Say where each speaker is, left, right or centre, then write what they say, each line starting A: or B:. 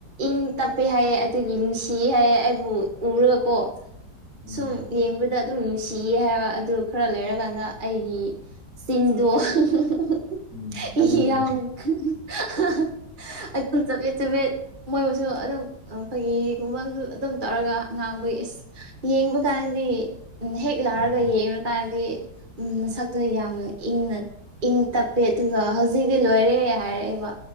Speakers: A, on the right; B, on the right.
A: ꯏꯪ ꯇꯞꯄꯦ ꯍꯥꯏꯌꯦ ꯑꯗꯨꯒꯤ ꯅꯨꯡꯁꯤꯌꯦ ꯍꯥꯏꯌꯦ ꯑꯩꯕꯨ ꯎꯔꯒꯀꯣ꯫
B: ꯎꯝ
A: ꯁꯨꯝ ꯌꯦꯡꯕꯗ ꯑꯗꯨꯝ ꯅꯨꯡꯁꯤꯌꯦ ꯍꯥꯏꯕ ꯑꯗꯨ ꯈꯔ ꯂꯩꯔꯀꯥꯟꯗ ꯑꯩꯒꯤ ꯆꯤꯟꯗꯨ ꯍꯨꯝ ꯍꯨꯝ ꯍꯨꯝ
B: ꯎꯝ ꯈꯟꯕꯩ
A: ꯏ ꯌꯥꯝ ꯀꯟ ꯍꯥ ꯍꯥ ꯑ ꯑꯩ ꯇꯨꯝ ꯆꯕꯦꯠ ꯆꯕꯦꯠ ꯃꯣꯏꯕꯨꯁꯨ ꯑꯗꯨꯝ ꯐꯒꯤꯒꯨꯝꯕ ꯑꯗꯨꯝ ꯇꯧꯔꯒ ꯉꯥꯡꯕꯒꯤ ꯏꯁ ꯌꯦꯡꯕ ꯀꯥꯟꯗꯤ ꯍꯦꯛ ꯂꯥꯛꯔꯒ
B: ꯎꯝ
A: ꯌꯦꯡꯉꯨꯔ ꯀꯥꯟꯗꯤ ꯎꯝ ꯅꯁꯛꯇꯣ ꯌꯥꯝꯅ ꯏꯪꯅ ꯏꯪ ꯇꯞꯄꯦ ꯑꯗꯨꯒ ꯍꯧꯖꯤꯇꯤ ꯂꯣꯏꯔꯦꯍꯦ ꯍꯥꯏꯔꯛꯑꯦꯕ